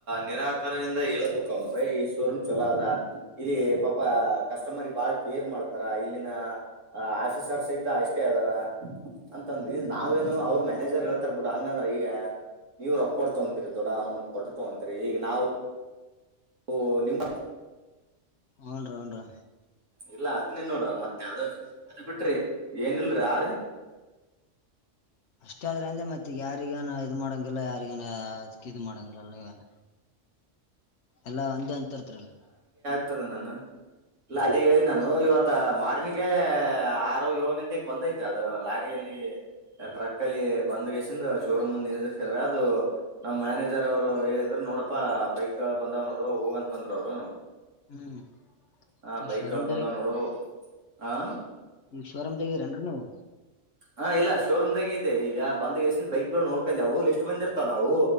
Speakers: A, on the right (about 80°); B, on the left (about 70°).
A: ನಿರಾಕಾರದಿಂದ ಹೇಳಬಹ ನು ಏ ಈ ಶೋರೂಮ್ ಚಲೋ ಅದ ಇಲ್ಲಿ ಪಾಪ ಕಸ್ಟಮರ್ ಬಾಳ ಕೇರ್ ಮಾಡ್ತಾರ ಇಲ್ಲಿನ ಆಫೀಸರ್ ಸಹಿತ ಅಷ್ಟೇ ಅರ ಅಂತಂದ ನಾವ ಏನು ಅವ್ರ ಮ ಮನೇರ್ ಹೇಳ್ತಾರ್ ಬಿಟ್ಟು ಹಂಗಂದ್ರ ಈಗ ನೀವ್ ರೊಕ್ಕ ಕೊಡ್ತಂತೀರಿ ದೊಡ್ಡ ಅಮೌಂಟ್ ಕೊಟ್ಟತವಂತೀರಿ ಈಗ ನಾವು ಓ ನಿಮ
B: ಹ್ನ್ರ ಹನ್ರೀ
A: ಇಲ್ಲ ಅದನ್ನೇ ನೋಡುವ ಮತ್ತೆ ಅದ ಅದು ಬಿಟ್ರಿ ಏನ ಇಲ್ರಿ ಯಾರೀ
B: ಇಷ್ಟ ಆದ್ರ ಅ್ರೆ ಮತ್ತತ್ ಯಾರಿಗನ ಇದ್ ಮಾಡಂಗಿಲ್ಲ ಯಾರಿಗನ ಅದ ಇ ಮಾಡಂಗಿಲ್ಲ ಅನ ಎಲ್ಲಾ ಒಂದೇ ಅಂತರ್ತಲ್ಲ
A: ರ್ತದ ನಾನ ಇಲ್ಲ ಅಲ್ಲಿ ಹೇಳ ನಾನು ಇವತ್ತ ಮಾರ್ನಿಂಗಗೆ ಆರು ಏಳು ಗಂಟೆಗೆ ಬಂದೈತೆ ಅದು ಲಾರಿ ಲ್ಲಿ ಟ್ರಕ್ ಅಲ್ಲಿ ಬಂದ್ಗಸಿಂದ ಶೋರೂಮ್ಂದ ನಿಂತಿರ್ತ್ರ ಅದು ನಮ್ ಮ್ಯಾನೇಜರ್ ಅವ್ರು ಹೇಳಿದ್ರ ನೋಡಪ್ಪಾ ಬೈಕ್ ಬಂದಾವ್ ನೋಡ ಹೋಗ ಅಂತಂದ್ರ ಅವ್ರು
B: ಹ್ಮ್
A: ಹ
B: ಈ
A: ಬೈಕ್
B: ಶೋರೂಂ
A: ಬಂದಾವ್ ನೋಡು ಆ
B: ಶೋರೂಂ ರನ್ರು ನೀವು
A: ಹಾ ಇಲ್ಲ ಶೋರೂಮ್ ದಾಗ ಇದೆ ಈಗ ಬಂದ್ ಎಷ್ಟನ್ ಬೈಕ್ ಗಳು ನೋಡ್ಕೊಂಡೆವು ಲಿಸ್ಟ್ ಬಂದಿರ್ತಾವ ನಾವು